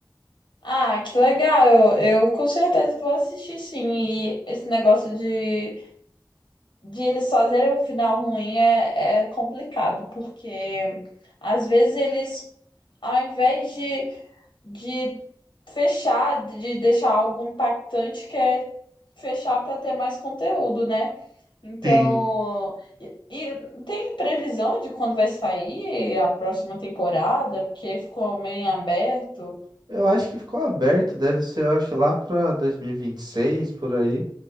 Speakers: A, on the left; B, on the right.
A: Ah, que legal. Eu, eu com certeza vou assistir, sim. E esse negócio de, de eles fazerem o final ruim é, é complicado, porque às vezes eles, ao invés de de fechar, de deixar algo impactante, que é fechar para ter mais conteúdo, né? Então,
B: Sim.
A: e, e tem previsão de quando vai sair a próxima temporada, porque ficou meio em aberto.
B: Eu acho que ficou aberto, deve ser, eu acho, lá pra 2026, por aí.